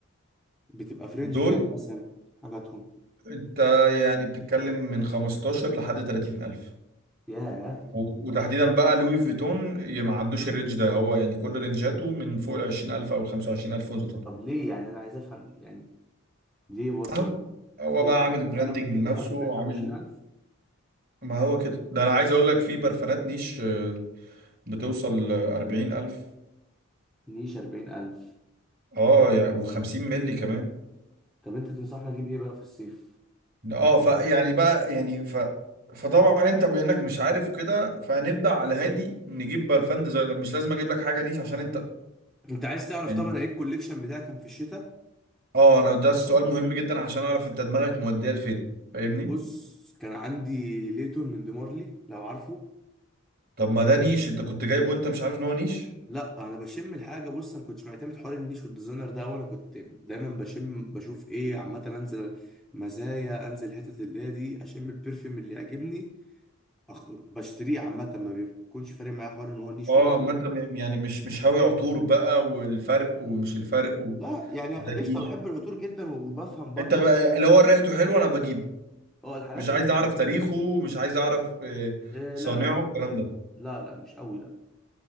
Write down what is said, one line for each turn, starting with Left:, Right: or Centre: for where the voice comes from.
Centre: بتبقى فرنج
Right: دول
Centre: كام مثلا حاجاتهم
Right: انت يعني بتتكلم من 15 لحد 30 الف
Centre: ياه
Right: و- وتحديدا بقى لوي فيتون ي- ما عندوش الرينج ده هو يعني كل رينجاته من فوق ال 20 الف او ال 25 الف وانت طالع
Centre: طب ليه يعني انا عايز افهم يعني ليه برضو
Right: اهو
Centre: يعني
Right: هو
Centre: هو
Right: بقى
Centre: في
Right: عامل
Centre: حد
Right: براندنج
Centre: فعلا ممكن
Right: لنفسه
Centre: يدفع في البرفيوم
Right: وعامل
Centre: 20000
Right: ما هو كده ده انا عايز اقول لك في برفانات نيش آه، بتوصل 40 الف
Centre: نيش 40000
Right: اه يعني و50 مللي كمان
Centre: طب انت تنصحني اجيب ايه بقى في الصيف
Right: اه فيعني بقى يعني ف فطبعا انت بانك مش عارف وكده فنبدا على هادي نجيب برفان ديزاينر مش لازم اجيب لك حاجه نيش عشان انت
Centre: انت عايز تعرف
Right: يعني
Centre: طبعا ايه الكوليكشن بتاعي كان في الشتاء
Right: اه انا ده السؤال مهم جدا عشان اعرف انت دماغك موديه لفين فاهمني
Centre: بص كان عندي ليتون من ديمارلي لو عارفه
Right: طب ما ده نيش انت كنت جايبه وانت مش عارف ان هو نيش
Centre: لا انا بشم الحاجه بص انا كنتش معتمد حوار النيش والديزاينر ده وانا كنت دايما بشم بشوف ايه عامه انزل مزايا انزل الحتت اللي هي دي اشم البرفيوم اللي يعجبني أخ- بشتريه عامه ما بيكونش فارق معايا حوار ان هو نيش
Right: اه
Centre: ولا ديزاينر
Right: ما انت م- يعني مش مش هاوي عطور بقى والفرق ومش الفرق و...
Centre: لا يعني قشطه
Right: ده نيش
Centre: بحب العطور جدا وبفهم برضو
Right: انت بقى
Centre: أصل-
Right: اللي هو ريحته حلوه انا بجيبه
Centre: اه الحالات
Right: مش عايز
Centre: اللي
Right: اعرف
Centre: إيه
Right: تاريخه مش عايز اعرف آه،
Centre: لا
Right: صانعه
Centre: لا لا
Right: الكلام ده
Centre: لا لا مش قوي لا